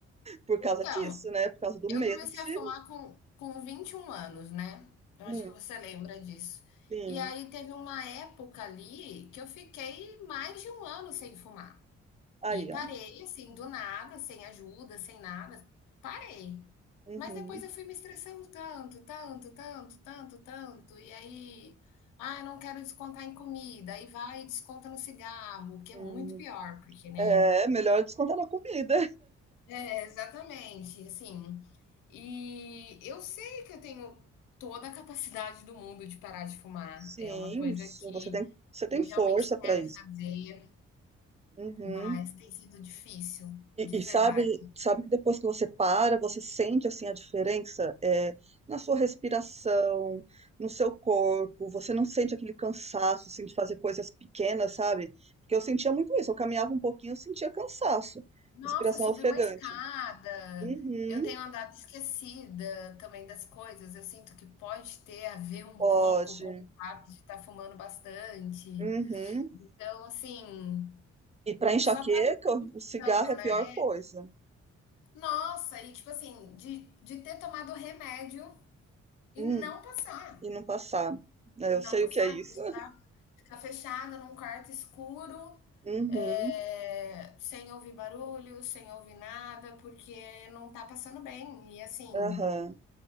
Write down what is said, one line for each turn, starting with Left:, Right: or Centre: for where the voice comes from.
Right: Por
Left: então,
Right: causa disso, né? Por causa do medo
Left: Eu comecei
Right: de.
Left: a fumar com, com 21 anos, né? Eu
Right: Hum,
Left: acho que você lembra disso.
Right: sim.
Left: E aí teve uma época ali que eu fiquei mais de um ano sem fumar.
Right: Aí,
Left: E parei,
Right: ó.
Left: assim, do nada, sem ajuda, sem nada. Parei.
Right: Uhum,
Left: Mas depois eu fui me estressando tanto, tanto, tanto, tanto, tanto. E aí, ah, eu não quero descontar em comida. Aí vai e desconta no cigarro, o que é
Right: uhum.
Left: muito pior, porque, né?
Right: É melhor descontar na comida.
Left: É, exatamente, assim. E eu sei que eu tenho toda a capacidade do mundo de parar de fumar.
Right: Sim,
Left: É uma coisa
Right: sim.
Left: que
Right: Você tem, você tem
Left: eu
Right: força
Left: realmente
Right: pra
Left: quero
Right: isso.
Left: fazer,
Right: Uhum.
Left: mas tem sido difícil,
Right: E,
Left: de
Right: e
Left: verdade.
Right: sabe, sabe que depois que você para, você sente assim a diferença é, na sua respiração, no seu corpo, você não sente aquele cansaço assim, de fazer coisas pequenas, sabe? Porque eu sentia muito isso, eu caminhava um pouquinho, eu sentia cansaço,
Left: Nossa,
Right: respiração
Left: subir
Right: ofegante.
Left: uma escada.
Right: Uhum,
Left: Eu tenho andado esquecida também das coisas. Eu sinto que pode ter a ver um
Right: pode.
Left: pouco com o fato de estar fumando bastante.
Right: Uhum.
Left: Então, assim,
Right: E para enxaqueca,
Left: só tá me prejudicando,
Right: o cigarro é a
Left: né?
Right: pior coisa.
Left: Nossa, e tipo assim, de de ter tomado remédio e
Right: Hum,
Left: não passar,
Right: e não passar. É,
Left: não
Right: Eu sei
Left: passar,
Right: o que é isso.
Left: precisar ficar fechada num quarto escuro,
Right: Uhum.
Left: eh, sem ouvir barulho, sem ouvir nada, porque não tá passando bem. E assim,
Right: Aham.